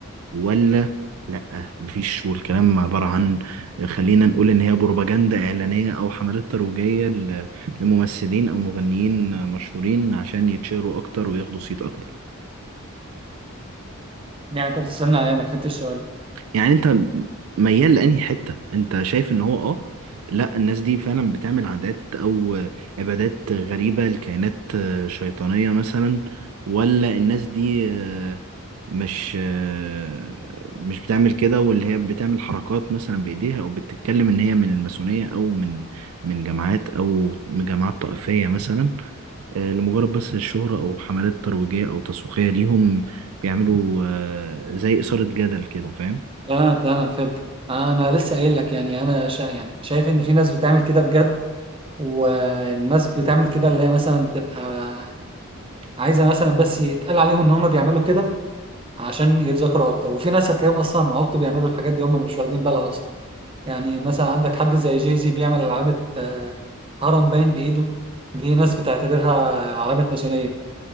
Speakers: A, on the right; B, on the right.
A: ولا لأ مفيش والكلام عبارة عن خلينا نقول ان هي بروباجندا اعلانية او حملات ترويجية ل- لممثلين او مغنيين مشهورين عشان يتشهروا اكتر وياخدوا صيت اكتر
B: يعني أنت بتسألني عليا ما فهمتش السؤال
A: يعني انت ميال لانهي حته انت شايف ان هو اه لا الناس دي فعلا بتعمل عادات او عبادات غريبه لكائنات شيطانيه مثلا ولا الناس دي آه، مش آه، مش بتعمل كده واللي هي بتعمل حركات مثلا بايديها او بتتكلم ان هي من الماسونيه او من من جماعات او من جماعات طائفيه مثلا آه، لمجرد بس الشهره او حملات ترويجيه او تسويقيه ليهم بيعملوا آه، زي اثاره جدل كده فاهم
B: أنا أنا فهمت أنا لسه قايل لك يعني أنا شا يعني شايف إن في ناس بتعمل كده بجد والناس بتعمل كده اللي هي مثلا تبقى عايزه مثلا بس يتقال عليهم ان هم بيعملوا كده عشان يتذكروا اكتر وفي ناس هتلاقيهم اصلا عبط بيعملوا الحاجات دي هم مش واخدين بالها اصلا يعني مثلا عندك حد زي جاي زي بيعمل علامه آه، هرم باين بايده دي ناس بتعتبرها علامه ماسونيه